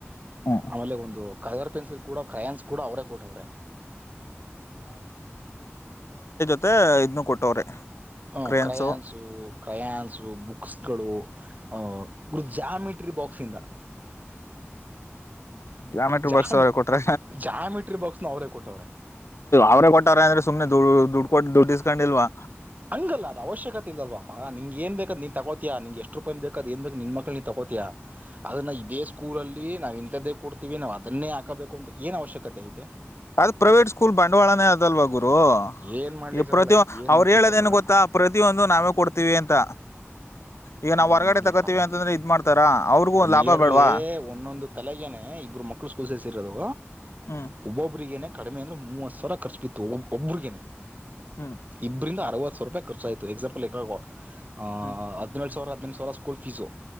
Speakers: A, on the left; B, on the right.
A: ಹ್ಮ್
B: ಆಮೇಲೆ ಒಂದು ಕಲರ್ ಪೆನ್ಸಿಲ್ ಕೂಡ ಕ್ರಯನ್ಸ್ ಕೂಡ ಅವರೇ ಕೊಟ್ಟವ್ರೆ
A: ಮತ್ತೆ ಇದುನ್ನು ಕೊಟ್ಟವ್ರೆ
B: ಹ
A: ಕ್ರೇನ್ಸು
B: ಕ್ರಯಾನ್ಸು ಕ್ರಯಾನ್ಸು ಬುಕ್ಸ್ಗಳು ಗರು <unintelligible> ಜ್ಯಾಮಿಟ್ರಿ ಬಾಕ್ಸಿಂದ
A: ಜ್ಯಾಮೆಟ್ರಿ
B: ಜಾಮಿ
A: ಬಾಕ್ಸ್ ಅವ್ರೆ ಕೊಟ್ರ
B: ಜಾಮಿಟ್ರಿ ಬಾಕ್ಸ್ನ ಅವರೇ ಕೊಟ್ಟವ್ರೆ
A: ಅವ್ರೇ ಕೊಟ್ಟಾರ ಅಂದ್ರೆ ಸುಮ್ನೆ ದುಡ್ಡು ದುಡ್ಡು ಕೊಟ್ಟು ದುಡ್ಡಿಸ್ಕೊಂಡಿಲ್ವಾ
B: ಹಂಗಲ್ಲ ಅದ್ ಅವಶ್ಯಕತೆ ಇದಲ್ವಪ ಅಲ್ವ ಪಾಪ ಏನ್ ಬೇಕಾದ ನೀನ್ ತಗೋತಿಯಾ ನಿನ್ಗೆ ಎಷ್ಟು ರೂಪಾಯಿನ್ ಬೇಕ್ ಅದ್ ಏನ್ ಬೇಕೊ ನಿನ್ ಮಕ್ಳ್ಗೆ ನೀನ್ ತಗೋತಿಯಾ ಅದನ್ನ ಇದೇ ಸ್ಕೂಲಲ್ಲಿ ನಾವು ಇಂಥದ್ದೇ ಕೊಡ್ತೀವಿ ನಾವ್ ಅದನ್ನೇ ಹಾಕಬೇಕು ಅಂತ ಏನ್ ಅವಶ್ಯಕತೆ ಇದೆ
A: ಅದ ಪ್ರೈವೇಟ್ ಸ್ಕೂಲ್ ಬಂಡವಾಳಾನೇ ಅದಲ್ವಾ ಗುರ್ <unintelligible>
B: ಏನು ಮಾಡ್ಲಿಕ್ಕಾಗಲ್ಲ
A: ಇದು ಪ್ರತಿ
B: ಏನು
A: ಅವ್ರು
B: ಮಾಡ್ಲಿಕ್ಕಾಗಲ್ಲ
A: ಹೇಳದೇನ್ ಗೊತ್ತಾ ಪ್ರತಿಯೊಂದು ನಾವೇ ಕೊಡ್ತೀವಿ ಅಂತ ಈಗ ನಾವು
B: ಏನು
A: ಹೊರಗಡೆ
B: ಮಾಡ್ಲಿಕ್ಕಾಗಲ್ಲ
A: ತಗೋತೀವಿ ಅಂತಂದ್ರೆ ಇದ್ ಮಾಡ್ತಾರಾ ಅವ್ರಿಗೂ
B: ಈಗ
A: ಒಂದ್
B: ನಿಯರ್ಲಿ
A: ಲಾಭ ಬೇಡವಾ
B: ಒಂದೊಂದು ತಲೆಗೇನೆ ಇಬ್ಬರು ಮಕ್ಕಳು ಸ್ಕೂಲ್ ಸೇರಿಸಿರೋದು
A: ಹ್ಮ್
B: ಒಬ್ಬೊಬ್ರು <unintelligible> ಕಡಿಮೆ ಅಂದ್ರೆ ಮೂವತ್ ಸಾವಿರ ಖರ್ಚ್ ಬಿತ್ತು ಒಬ ಒಬರಿಗೇನೆ
A: ಹ್ಮ್
B: ಇಬ್ರಂದ <unintelligible> ವತ್ತು ಸಾವರ ರೂಪಾಯ ಖರ್ಚ ಆಯತು ಎಕ್ಸಂಪಲ್ಲ್ ಈಗ ಒ ಹ
A: ಹ್ಮ್
B: ಹದಿನೇಳು ಸಾವಿರ <unintelligible> ಸಾವಿರ ಸ್ಕೂಲ್ ಫೀಸು